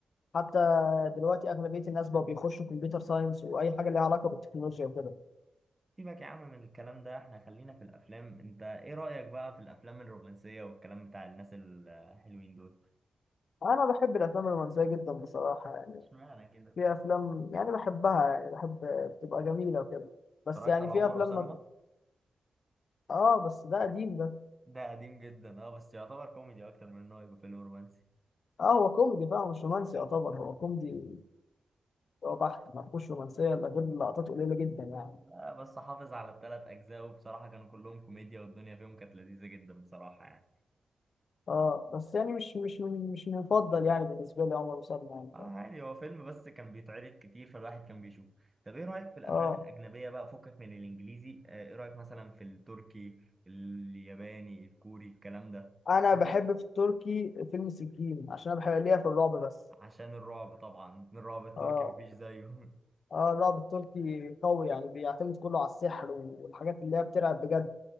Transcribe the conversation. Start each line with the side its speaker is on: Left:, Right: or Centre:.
Left: حتى دلوقتي اغلبيه الناس بقوا بيخشوا كمبيوتر ساينس واي حاجه ليها علاقه بالتكنولوجيا وكده
Right: سيبك يا عم من الكلام ده احنا خلينا في الافلام انت ايه رأيك بقى في الافلام الرومانسية والكلام بتاع الناس الحلوين دول
Left: انا بحب الافلام الرومانسيه جدا بصراحه يعني
Right: اشمعنى كده
Left: في افلام يعني بحبها يعني بحب بتبقى جميله وكده بس
Right: اتفرجت
Left: يعني
Right: على
Left: في
Right: عمر
Left: افلام
Right: وسلمى
Left: ما اه بس ده قديم ده
Right: ده قديم جدا اه بس يعتبر كوميدي اكتر من انه يبقى فيلم رومانسي
Left: اه هو كوميدي فاهم مش رومانسي يعتبر هو كوميدي هو بحت ما فيهوش رومانسيه الا غير لقطات قليله جدا يعني
Right: لا بس حافظ على الثلاث اجزاء وبصراحة كانوا كلهم كوميديا والدنيا فيهم كانت لذيذة جدا بصراحة يعني
Left: اه بس يعني مش مش من- مش مفضل يعني بالنسبه لي عمر وسلمى يعني
Right: اه عادي
Left: فاهم.
Right: هو فيلم بس كان بيتعرض كتير فالواحد كان بيشوف طب ايه رأيك في الافلام
Left: اه
Right: الاجنبية بقى فكك من الانجليزي اه، ايه رأيك مثلا في التركي الياباني الكوري الكلام ده
Left: انا
Right: برضه
Left: بحب في التركي فيلم سجين عشان انا بحب ليا في الرعب بس
Right: عشان الرعب طبعا الرعب التركي
Left: اه
Right: مفيش زيه <laughs>
Left: اه الرعب التركي قوي يعني بيعتمد كله على السحر والحاجات اللي هي بترعب بجد